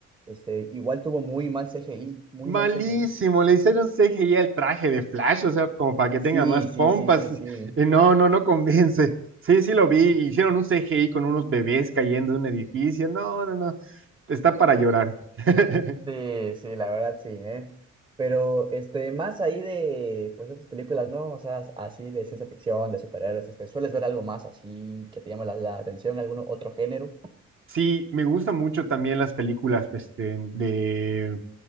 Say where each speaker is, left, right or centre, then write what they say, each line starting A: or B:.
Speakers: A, on the right (about 15°); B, on the right (about 45°).
A: Este, igual tuvo muy mal CGI, muy
B: Malísimo,
A: mal CGI.
B: le hicieron CGI al traje de Flash, o sea, como para que
A: Sí,
B: tenga más
A: sí,
B: pompas.
A: sí, sí,
B: <laughs>
A: sí.
B: Eh, No, no, no convence. Sí, sí lo vi, hicieron un CGI con unos bebés cayendo de un edificio. No, no, no, está para llorar. <laughs>
A: Sí, sí, la verdad sí, ¿eh? Pero este, más ahí de pues estas películas, ¿no? O sea, así de ciencia ficción, de superhéroes, este, ¿sueles ver algo más así que te llame la, la atención, algún otro género?
B: Sí, me gustan mucho también las películas, pues, de, de,